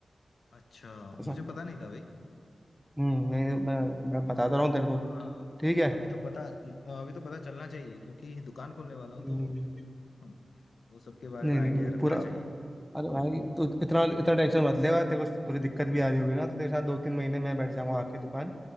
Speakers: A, on the left; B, in the centre.
A: अच्छा
B: ऐसा
A: मुझे पता नहीं था भाई
B: हम्म नहीं नहीं, मैं मैं बताता रहा हूँ तेरे को
A: हाँ,
B: ठीक है
A: अभी तो पता अभी तो पता चलना चाहिए क्योंकि दुकान खोलने वाला हूँ
B: हम्म,
A: तो हम्म, वो सब के बारे
B: नहीं
A: में आइडिया
B: नहीं भाई
A: रखना
B: पूरा
A: चाहिए
B: अरे भाई तू इतना इतना टेंशन मत लेगा तेरे को थोड़ी दिक्कत भी आ रही होगी ना तो तेरे साथ दो तीन महीने मैं बैठ जाऊंगा आके दुकान